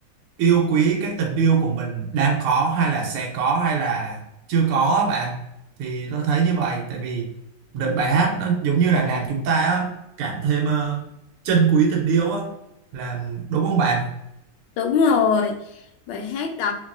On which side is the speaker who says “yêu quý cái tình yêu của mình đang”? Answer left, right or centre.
Right